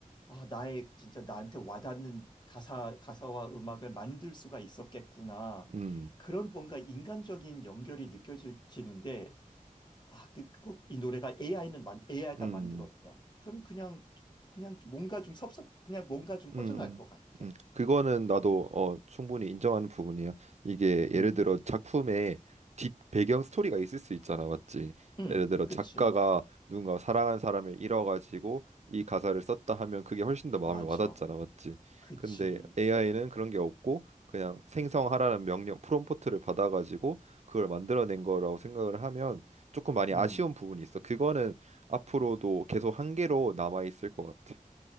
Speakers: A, on the left (about 30°); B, on the right (about 55°).
A: 아, 나의 진짜 나한테 와닿는 가사, 가사와 음악을 만들 수가 있었겠구나.
B: 음,
A: 그런 뭔가 인간적인 연결이 느껴지는데 아, 그, 그, 이 노래가 AI는 만, AI가
B: 음.
A: 만들었다. 그럼 그냥, 그냥 뭔가 좀 섭섭, 그냥 뭔가 좀 허전할
B: 음,
A: 것 같아.
B: 음, 음. 그거는 나도 어, 충분히 인정하는 부분이야. 이게 예를
A: 음,
B: 들어 작품에 뒷 배경 스토리가 있을 수 있잖아, 맞지?
A: 음,
B: 예를 들어 작가가
A: 그치.
B: 누군가 사랑한 사람을 잃어가지고 이 가사를 썼다 하면 그게 훨씬 더 마음에
A: 맞아.
B: 와닿잖아, 맞지?
A: 그치.
B: 근데 AI는 그런 게 없고 그냥 생성하라는 명령 프롬프트를 받아가지고 그걸 만들어낸 거라고 생각을 하면 조금 많이
A: 음.
B: 아쉬운 부분이 있어. 그거는 앞으로도 계속 한계로 남아 있을 것 같아.